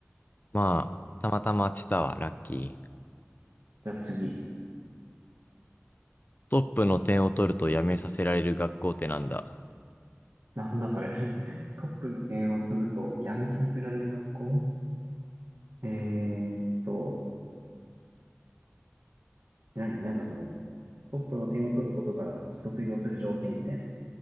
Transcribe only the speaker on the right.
じゃあ次。
なんだそれ。<laughs> トップの点を取ると、辞めさせられる学校えーっと、何なんかその、トップの点を取ることが卒業する条件みたいな